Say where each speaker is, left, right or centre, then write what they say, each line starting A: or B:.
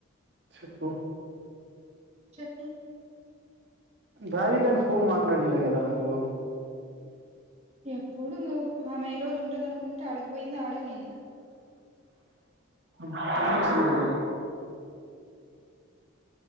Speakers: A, on the right (about 55°); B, on the right (about 30°).
A: చెప్పు
B: చెప్పు
A: రాధికని ఫోన్ మాట్లాడీలా కదా నువు
B: ఎప్పుడు నువ్వు ఆమె ఈ రోజు ఉంటది అనుకుంటే ఆడిగిపోయింది ఆడే ఉనింది
A: నాకు <unintelligible>